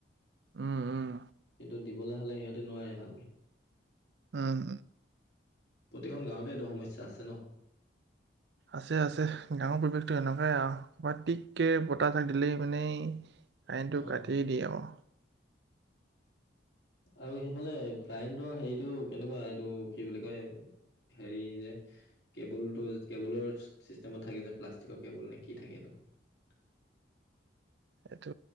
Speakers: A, on the right; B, on the left.
A: উম-উম।
B: কিন্তু দিবলৈ হলে সিহঁতে নোৱাৰে ভালকে।
A: উম,
B: প্ৰতিখন গাঁৱতে এইটো সমস্যা আছে ন।
A: আছে-আছে গাঙৰ পৰিৱেশতটো এনেকুৱাই আৰু ক টিককে বতাহ থাক দিলেই মানে। আইনটো
B: অ
A: কাটি দিয়ে অ'
B: আৰু সেইফালে কাৰেণ্টৰ হেৰিটো কেনেকুৱা এইটো কি বুলি কয়। হেৰি যে কেবুল টো কেবুলৰ চিষ্টেমত থাকে যে প্লাষ্টিকৰ কেবুল নে কি থাকেটো। <unintelligible>
A: এইটো